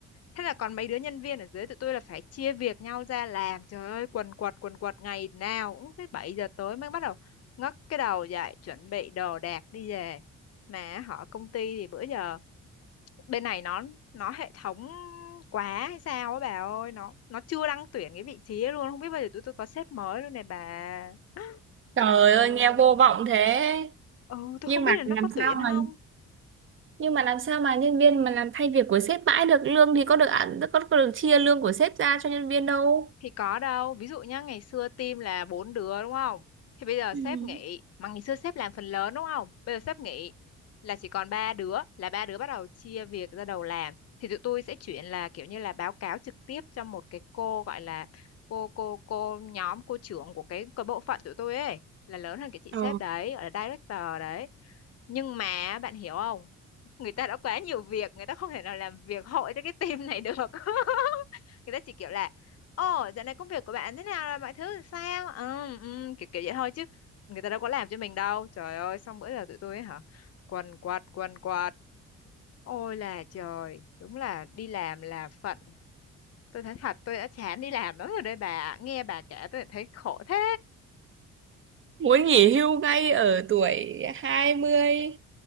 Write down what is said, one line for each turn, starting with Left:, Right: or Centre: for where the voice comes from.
Left: Thế là còn mấy đứa nhân viên ở dưới tụi tôi là phải chia việc nhau ra làm. Trời ơi, quần quật quần quật ngày nào cũng tới 7 giờ tối mới bắt đầu ngóc cái đầu dậy chuẩn bị đồ đạc đi về. Mà họ công ty thì bữa giờ bên này nó nó hệ thống quá hay sao á bà ơi, nó nó chưa đăng tuyển cái vị trí ấy luôn, không biết bao giờ tụi tôi có sếp mới luôn này bà.
Right: Trời
Left: Trời
Right: ơi
Left: ơi.
Right: nghe vô vọng thế
Left: Ừ, tôi
Right: nhưng
Left: không biết
Right: mà
Left: là nó
Right: làm
Left: có tuyển
Right: sao mà
Left: không.
Right: nhưng mà làm sao mà nhân viên mà làm thay việc của sếp mãi được lương thì có được ăn có, có được chia lương của sếp ra cho nhân viên đâu
Left: Thì có đâu. Ví dụ nhá, ngày xưa team là bốn đứa đúng không? Thì bây giờ
Right: Ừ.
Left: sếp nghỉ. Mà ngày xưa sếp làm phần lớn đúng không? Bây giờ sếp nghỉ là chỉ còn ba đứa. Là ba đứa bắt đầu chia việc ra đầu làm. Thì tụi tôi sẽ chuyển là kiểu như là báo cáo trực tiếp cho một cái cô gọi là cô cô cô nhóm cô trưởng của cái, cái bộ phận tụi tôi ấy. Là lớn hơn cái chị
Right: Ờ.
Left: sếp đấy, gọi là director đấy. Nhưng mà bạn hiểu không? người ta đã quá nhiều việc người ta không thể nào làm việc hội cho cái team này được <laughs> người ta chỉ kiểu là ồ dạo này công việc của bạn thế nào rồi mọi thứ sao ừ, ừ, kiểu kiểu vậy thôi chứ người ta đâu có làm cho mình đâu trời ơi xong bữa giờ tụi tôi ấy hả quần quật quần quật ôi là trời đúng là đi làm là phận tôi thấy thật tôi đã chán đi làm lắm rồi đây bà ạ. nghe bà kể tôi thấy khổ thế
Right: Muốn nghỉ hưu ngay ở tuổi hai mươi